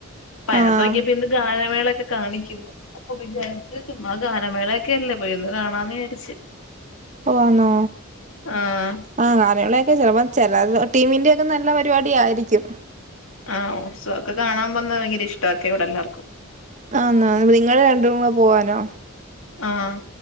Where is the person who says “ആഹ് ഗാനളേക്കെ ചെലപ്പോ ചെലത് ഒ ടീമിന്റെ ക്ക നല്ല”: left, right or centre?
Right